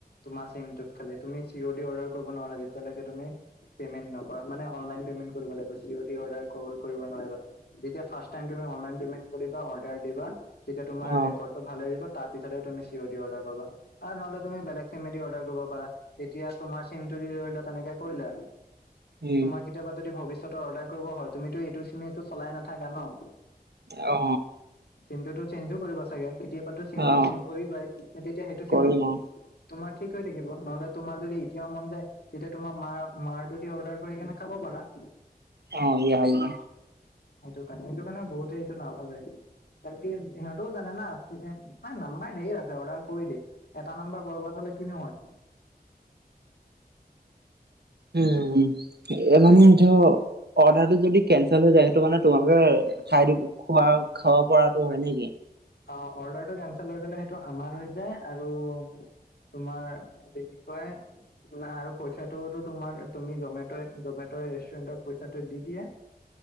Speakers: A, on the left; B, on the right.
A: তোমাৰ চিমটোত খালি তুমি চি অ ডি অৰ্ডাৰ কৰিব নোৱাৰা যেতিয়ালৈকে তুমি পেমেণ্ট নকৰা মানে অনলাইন পেমেণ্ট কৰিব লাগিবি চি অ ডি অদাৰ কৰ কৰিব নোৱাৰিবা যেতিয়া ফাৰ্ষ্ট টাইম তুমি অনলাইন পেমেন্ট কৰিবা অৰ্ডাৰ দিবা যেতিয়া তোমাৰ
B: অ
A: ৰেকৰ্ড ভাল হৈ আহিব তাৰ পিছতে তুমি চি অ দি অৰ্ডাৰা পাবা আৰু নহ'লে তুমি বেলেগ চিমে দি অৰ্ডাৰ কৰিব পাৰা এতিয়া তোমাৰ চিমটো দি ধৰি লোৱা তেনেকে কৰিলা
B: উম
A: তোমাক কেতিয়াবা যদি ভৱিষ্যতৰ অৰ্ডাৰ কৰিব হয় তুমিতো এইটো চিমটো চলাই নাথাকা ন
B: অ
A: চিমটোতো চেঞ্জো কৰিবা চাগে কেতিয়াবাতো চিমটো
B: অ
A: চেঞ্জ কৰিবাই তেতিয়া সেইটো
B: কৰিম
A: চিমত
B: অ
A: তোমাৰ ঠিক হৈ থাকিব নহলে তোমাৰ যদি এতিয়াও মন যায় তেতিয়া তোমাৰ মাৰ মাৰতো দি অৰ্ডাৰ কৰি কেনে খাব পাৰা
B: অ ইয়া ইয়া
A: সেইটো কাৰণে সেইটো কাৰণে বহুতেই এইটো নাভাবে কালি সিহঁতেও জানে মানে নাম্বাৰ ধেৰ আছে অৰ্ডাৰ কৰি দিয়ে এটা নম্বাৰ বৰবাত হলে কিনো হয়
B: উম এ মানে সেইটো অৰ্ডাৰতো যদি কেনচেল হৈ যায় সেইটো মানে তোমালোকে খাই দিব খোৱা খাব পৰাতো হয় নেকি
A: অ অৰ্ডাৰটো কেচেল হৈ গলে সেইটো আমাৰ হৈ যায় আৰু তোমাৰ এইটো কি কয় নাই আৰু পইচাটোওতো তোমাৰ তুমি জমেট জমেট'য়ে ৰেষ্টুৰেণ্টক পইচাটো দি দিয়ে